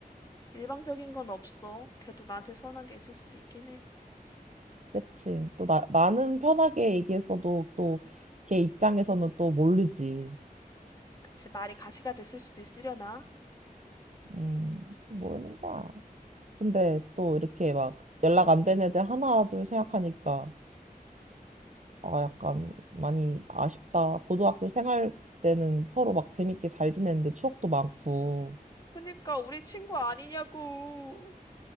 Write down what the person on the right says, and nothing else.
그치. 또 나, 나는 편하게 얘기했어도 또 걔 입장에서는 또 모르지.
음, 모르는 거야. 근데 또 이렇게 막 연락 안 된 애들 하나, 둘 생각하니까 아, 약간 많이 아쉽다. 고등학교 생활 때는 서로 막 재밌게 잘 지냈는데 추억도 많고.